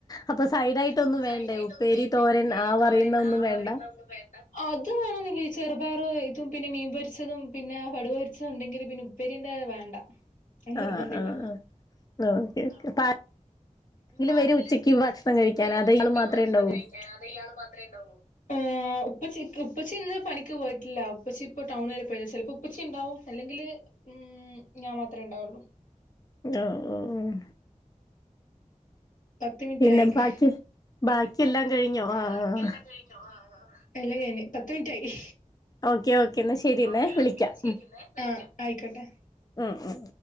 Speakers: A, on the left; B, on the left.
A: അപ്പൊ സൈഡായിട്ടൊന്നും
B: അപ്പൊ സൈനായിട്ടൊന്നും
A: വേണ്ടേ ഉപ്പേരി
B: വേണ്ടേ
A: തോരൻ
B: ഉപ്പേരി
A: ആ
B: തോരൻ
A: പറയുന്ന ഒന്നും
B: ആ
A: വേണ്ട
B: പറയുന്നയൊന്നും വേണ്ട അത് വേണോന്നില്ല ഈ ചെറുപയറ് ഇതും പിന്നെ മീൻ പൊരിച്ചതും പിന്നെ കടുകുപൊരിച്ചതും ഉണ്ടെങ്കിൽ പിന്നെ ഉപ്പേരിൻറ്റേ എ വേണ്ട നിർബന്ധം
A: ആഹ് ആഹ്
B: ഇല്ല
A: ആഹ് ഓക്കെ ഓക്കെ
B: ആ ആ
A: അപ്പ
B: അപ്പം ആരെങ്കിലും
A: വരും ഉച്ചക്ക് ഭക്ഷണം കഴിക്കാൻ
B: വരുവോ
A: അതോ
B: ഉച്ചക്ക്
A: ഇയാള് മാത്രമേ
B: ഭക്ഷണം
A: ഉണ്ടാവൂ
B: കഴിക്കാൻ അതോ ഇയാളുമാത്രേ ഉണ്ടാവൂ ഏ ഉപ്പച്ചി ഉപ്പച്ചി ഇന്നുപണിക്ക് പോയിട്ടില്ല ഉപ്പച്ചി ഇപ്പോടൗൺ വരെപോയ് ചെലപ്പോ ഉപ്പച്ചിണ്ടാവും അല്ലെങ്കില് ഉം ഞാൻ മാത്രമേ ഉണ്ടാവുള്ളു
A: ആഹ് ആഹ് ആഹ്
B: പത്തുമിനിറ്റായി
A: പിന്നെ ബാക്കി
B: പിന്നെ
A: ബാക്കിയെല്ലാം
B: ബാക്കി
A: കഴിഞ്ഞോ ആഹ്
B: ബാക്കിയെല്ലാം
A: ആഹ്
B: കഴിഞ്ഞോ ആ എല്ലാം കഴിഞ്ഞ് പത്തുമിനിറ്റായി
A: ഓക്കെ ഓക്കെ എന്നാ ശരി എന്നേ
B: ഓക്കെ
A: വിളിക്കാം
B: ഓക്കെ എന്നാ ശരിയെന്ന് ആയിക്കോട്ടെ
A: ഉം ഉം